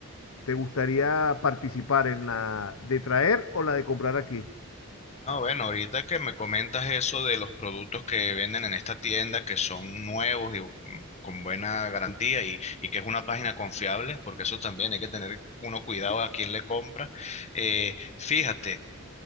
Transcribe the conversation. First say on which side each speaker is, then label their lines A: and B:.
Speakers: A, on the left (about 75°); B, on the left (about 30°).
A: te gustaría participar en la de traer o la de comprar aquí?
B: No, bueno, ahorita que me comentas eso de los productos que venden en esta tienda que son nuevos y mm, con buena garantía y, y que es una página confiable, porque eso también hay que tener uno cuidado a quién le compra. Eh, fíjate.